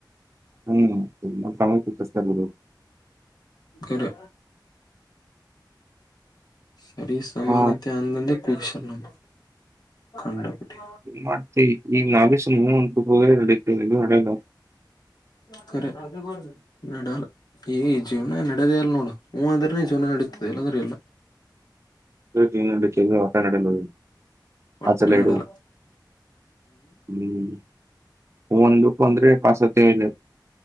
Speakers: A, on the right; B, on the left.
A: ಹೂ ಕಿಸತಾ ಇರೋದು
B: ಕರೆ ಸರಿ ಸಮಾನತೆ
A: ಹ
B: ಅಂದಂದೆ ಕುಳಿಸ ನಮ್ಮ ಂಡಪಟ್ಟಿ
A: ಮಾಡ್ತ ಈಗ ನಾವೇಶಸ ಮುಂದಬು ಹೋಗದ ಎಲ್ಲ ಅಲ್ಲ
B: ಕರೆ ಅದು ಕೂಡ ನಡಲ್ಲ ಈ ಜೀವನ ನಡದೆ ಅಲ್ಲ ನೋಡು ಹೂ ಅಂದ್ರೆ ಜೀವನ ನಡೀತದೆ ಇಲ್ಲಂದ್ರೆ ಇಲ್ಲ
A: ಹೊೆ ನಡೆಲ್ಲ
B: ಒಟ್ಟ
A: ಆ ಚೆಲ್ಲ
B: ನಡೆಲ್ಲ
A: ಇಡುು ಹ್ಮ್ ಒಂದುಖ ಅಂದ್ರೆ <unintelligible>